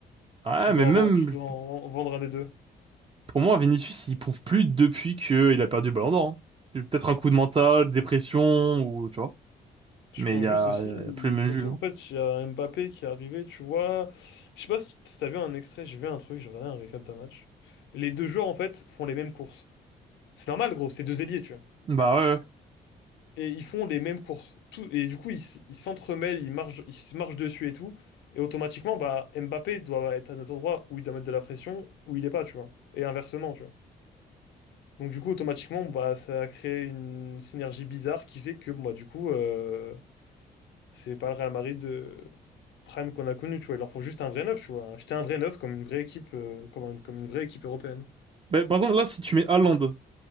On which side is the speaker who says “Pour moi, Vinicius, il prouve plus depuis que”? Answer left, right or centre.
Right